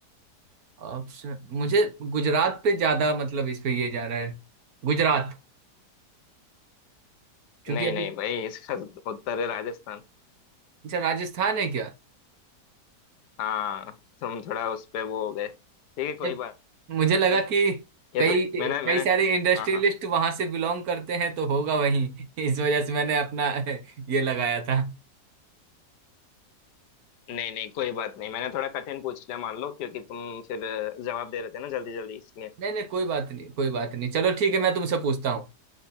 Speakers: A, on the right; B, on the left.
A: ऑप्शन मुझे गुजरात पे ज्यादा मतलब इस पे ये जा रहा है गुजरात क्योंकि
B: नहीं
A: अभी
B: नहीं भाई इसका उत्तर है राजस्थान
A: अच्छा राजस्थान है क्या
B: हाँ तुम थोड़ा उस पे वो हो गए ठीक है कोई
A: ए,
B: बात
A: मुझे लगा
B: नहीं
A: कि
B: ये
A: कई
B: तो
A: कई
B: मैंने मैंने
A: सारे इंडस्ट्रियलिस्ट
B: हाँ हाँ
A: वहां से बिलोंग करते हैं तो होगा वहीं इस वजह से मैंने अपना <laughs> ये लगाया था
B: नहीं नहीं कोई बात नहीं मैंने थोड़ा कठिन पूछ लिया मान लो क्योंकि तुम फिर अ, जवाब दे रहे थे ना जल्दी जल्दी इसलिए
A: नहीं नहीं कोई बात नहीं कोई बात नहीं चलो ठीक है मैं तुमसे पूछता हूँ